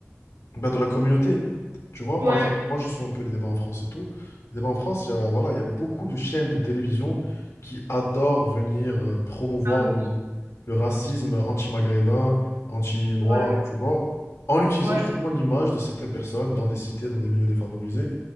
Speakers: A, on the left (about 80°); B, on the right (about 90°).
A: bah, de la communauté. Tu vois,
B: Ouais.
A: par exemple, moi je suis un peu les débats en France et tout. Les débats en France, il y a, voilà, il y a beaucoup de chaînes de télévision qui adorent venir euh, promouvoir
B: Ah oui.
A: le, le racisme anti-maghrébin, anti-noir,
B: Ouais.
A: tu vois, en utilisant
B: Ouais.
A: justement l'image de certaines personnes dans des cités, dans des milieux défavorisés,